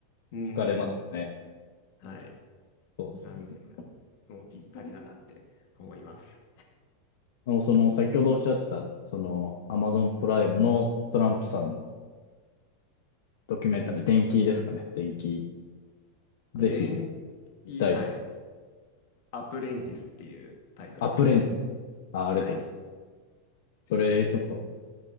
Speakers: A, on the left; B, on the left.
A: うん、
B: 疲れますよね。
A: <laughs> はい。
B: そうですよね。
A: なんで、もうぴったりだなって思います。
B: でもその、先ほどおっしゃってた、その、アマゾンプライムのトランプさんのドキュメンタリー、電気ですかね。電気、ぜひ
A: 電
B: 見たいと。
A: 気、はい、アプレンティスっていうタイトルです。
B: アプレンティスあ、ありがとうございま
A: はい、
B: す。
A: ぜひ見てください。
B: それ、ちょっとも